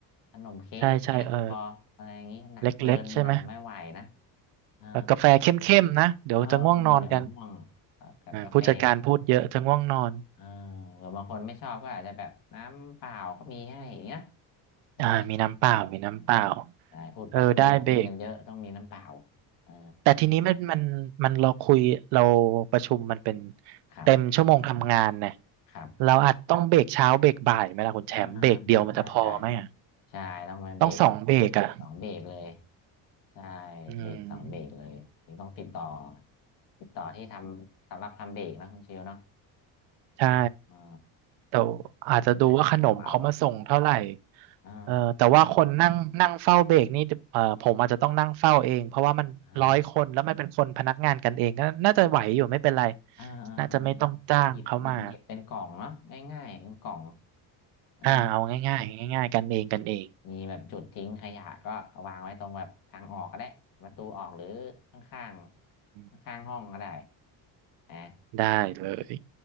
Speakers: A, on the left (about 55°); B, on the right (about 75°).
A: ขนมเค้กเล็กๆพออะไรอย่างนี้หนักเกินเดี๋ยวไม่ไหวนะ
B: ใช่ใช่ เออเล็กๆใช่ไหม
A: เออ
B: แล้วกาแฟเข้มๆนะเดี๋ยวจะง่วงนอนกัน
A: เออเดี๋ยวง่วงกัดกาแฟ
B: อ่าผู้จัดการพูดเยอะจะง่วงนอน
A: เออหรือบางคนไม่ชอบก็อาจจะแบบน้ำเปล่าก็มีให้อย่างเงี้ยเออ
B: อ่ามีน้ำเปล่ามีน้ำเปล่า
A: ใช่พูดแบบคุยคุยกันเยอะต้องมีน้ำเปล่า
B: เออได้เบรก
A: เออ
B: แต่ทีนี้มันมันมันเราคุยเราประชุมมันเป็น
A: ครับ
B: เต็มชั่วโมงทำงานเนี่ย
A: ครับ
B: เราอาจต้องเบรกเช้าเบรกบ่ายไหมล่ะคุณแชมป์เบรกเดียวมันจะพอไหมอ่ะ
A: อ่าใช่ใช่ใช่ต้องมาเบรก
B: ต้องสองเบรกอ่ะ
A: สองเบรกเลยใช่
B: อืม
A: เบรกสองเบรกเลยถึงต้องติดต่อติดต่อที่ทำสำหรับทำเบรกนะคุณเชลเนาะ
B: ใช่
A: อ่าอ่า
B: แต่อาจจะดูว่าขนมเขามาส่งเท่าไหร่
A: ขอเป็นอาหารเบาๆอ่า
B: เออแต่ว่าคนนั่งนั่งเฝ้าเบรกนี่เออผมอาจจะต้องนั่งเฝ้าเองเพราะว่ามันร้อยคนแล้วมันเป็นคนพนักงานกันเองก็น่าจะไหวอยู่ไม่เป็นไร
A: อ่าอ่าอ่าอ่าอ่า
B: น่าจะไม่ต้องจ้างเขามา
A: หยิบหยิบหยิบเป็นกล่องเนาะง่ายๆเป็นกล่องอ่า
B: อ่าเอาง่ายๆง่ายๆกันเองกันเอง
A: มีแบบจุดทิ้งขยะก็เอาวางไว้ตรงแบบทางออกก็ได้ประตูออกหรือข้างๆข้างๆห้องก็ได้
B: อืม
A: นะ
B: ได้เลย